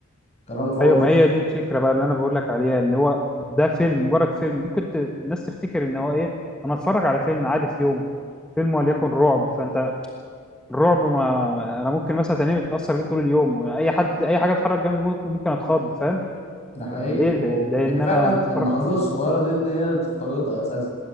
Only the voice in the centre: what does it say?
ايوه ما هي دي الفكره بقى اللي انا بقول لك عليها اللي هو ده فيلم مجرد فيلم ممكن ت... الناس تفتكر ان هو ايه انا اتفرج على فيلم عادي في يوم فيلم وليكن رعب فانت الرعب ما انا ممكن مثلا تنام متاثر بيه طول اليوم اي حد اي حاجه اتحرك جنبي ممكن ممكن اتخض فاهم
ليه ل-
لان
انا
بتتفرج